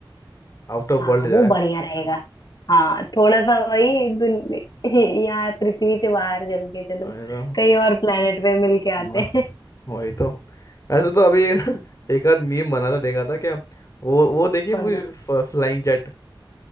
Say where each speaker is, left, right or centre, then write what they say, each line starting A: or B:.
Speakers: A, on the left; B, on the left.
A: आउट ऑफ
B: हाँ
A: वर्ल्ड जाए
B: वो बढ़िया रहेगा हाँ थोड़ा सा वही दुन- यहाँ पृथ्वी से बाहर चल के चलो
A: अरे तो
B: कहीं और प्लेनेट पे मिल के आते
A: वाह,
B: हैं <laughs>
A: वही तो ऐसे तो अभी <laughs> ना, एक आध मीम बना था देखा था क्या वो वो देखिए
B: कौन
A: मूवी
B: सा
A: फ्लाइंग जेट